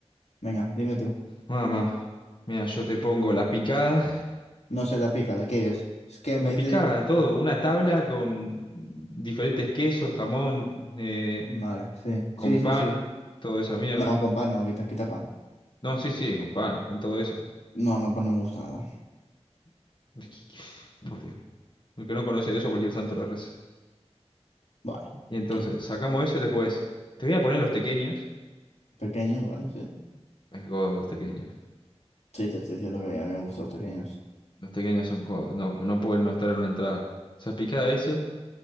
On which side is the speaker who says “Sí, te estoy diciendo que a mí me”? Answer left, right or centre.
Left